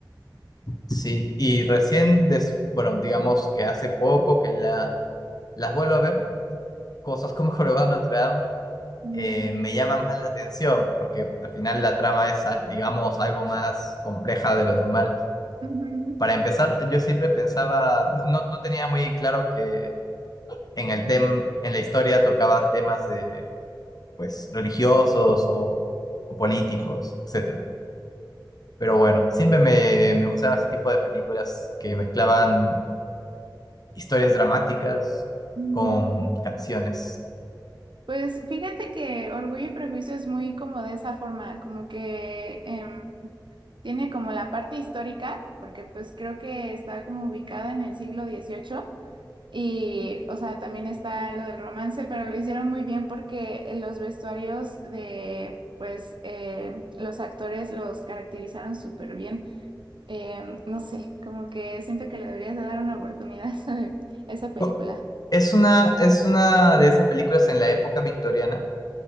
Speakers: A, on the left; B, on the right.
A: Sí, y recién, des- bueno, digamos que hace poco que la, las vuelvo a ver cosas como <laughs> Jorobado de Notre Dame
B: Mm.
A: eh, me llaman más la atención, porque al final la trama es, ah, digamos, algo más compleja de lo normal.
B: Ujú.
A: Para empezar, yo siempre pensaba, no, no no tenía muy en claro que en el tem, en la historia tocaban temas de, pues, religiosos o, o políticos, etcétera. Pero bueno, siempre me, me gustaron ese tipo de películas que mezclaban historias dramáticas
B: Mm.
A: con canciones.
B: Pues fíjate que Orgullo y Prejuicio es muy como de esa forma, como que em, tiene como la parte histórica, porque pues creo que está como ubicada en el siglo dieciocho. Y, o sea, también está lo del romance, pero lo hicieron muy bien porque los vestuarios de, pues, eh, los actores los caracterizaron súper bien. Eh, no sé, como que siento que le deberías de dar una oportunidad <laughs> a esa, a esa película.
A: ¿Cu- Es una, es una de esas películas en la época victoriana.